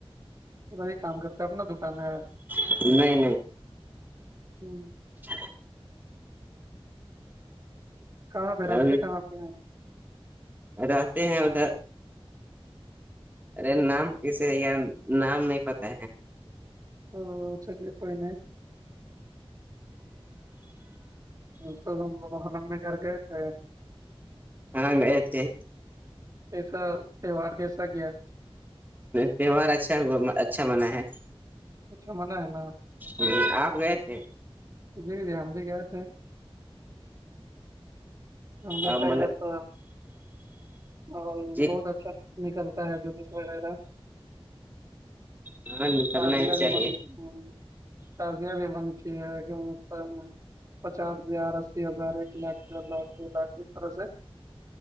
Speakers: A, on the right; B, on the right.
A: وہی کام کرتا اپنا دکان ہے
B: نہیں
A: ہ
B: ج
A: کہاں پہ راستے
B: ابھی
A: کہاں پہ ہیں
B: رہتے ہیں ادھر ارے نام کیسے ہے یار نام نہیں پتا ہے
A: او چلیے کوئی نہیں تو ہم لوگ ہنم میں گھر گئے تھے
B: ہاںگ آتیے
A: ایسا تیوار کیسا کیا
B: تہوار اچھا اچھا من ہے
A: اچھا من ہے نا
B: ہ آپ گئے تھے
A: جی جی ہم بھی گئے تھے ہم لو
B: آپ
A: کئی
B: م
A: کرھر تو اور
B: جی
A: بہت اچھا نکلتا ہے جلوس وغیرہ
B: ہاں
A: اچب
B: نکلنا ہی چاہیے
A: بھی بند ہ تازیاں بھی بنتی ہے کہ پر پچاس ہزار اسی ہزار ایک لاکھ ڈھ ہزاکھ باتری طر سے